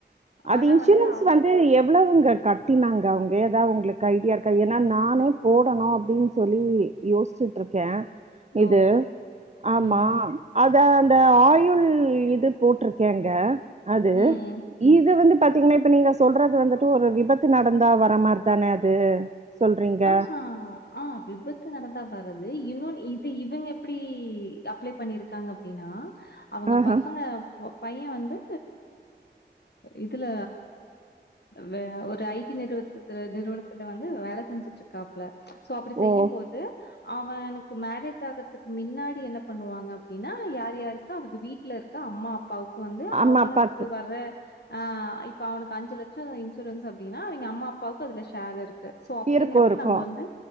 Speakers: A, on the right; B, on the left.
A: அது
B: ஆனா
A: இன்சூரன்ஸ்
B: வந்து அவ்
A: வந் து எவ்வளவுங்க கட்டினாங்க அவங்க ஏதா உங்களுக்கு ஐடியா இருக்கா ஏன்னா நானே போடணு அப்டின்னு சொல்லி யோச்சுட்டுருக்கே இது
B: ஓ!
A: ஆமா
B: ம்.
A: அதா அந்த ஆயுள் இது போட்ருக்கேங்க அது
B: ம்.
A: இது வந்து பாத்தீங்கன்னா இப்ப நீங்க ச் சொல்றது வந்துட்டு ஒரு விபத்து நடந்தா வர மாரி தான அது சொல்றீங்க
B: ஆஹா ஆ விபத் து நடந்தா வர்றது இவ இது இவங்க எப்டி அப்ளை பண்ணிருக்காங்க அப்டின்னா அவங்க
A: ஆஹா
B: பசங்க பு பைய வந்து இதுல வ ஒரு ஐ டி நிறுவத்துல நிறுவனத்துல வந் து வேல செஞ்சுட்டுருக்காப்புல சோ அப்டி செய்யும்
A: ஓ
B: போது அவனுக்கு மாரேஜ் ஆகுறதுக்கு மின்னாடி என்ன பண்ணுவாங்க அப்டின்னா யார் யார் க்க அவக்கு வீட்ல இருக்க அம்மா அப்பாவுக்கு வந்து
A: அம்மா
B: அவனடுக்கு
A: அப்பாக்கு
B: வர்ற ஆ இப்ப அவனுக்கு அஞ்சு லட்சோ இன்சூரன்ஸ் அப்டின்னா அவங்க அம்மா அப்பாவுக்கு அதுல ஷேர் இரு சோ அப்டிங்கறப்ப
A: இருக்கு இருக்கு
B: நம்ம வந்து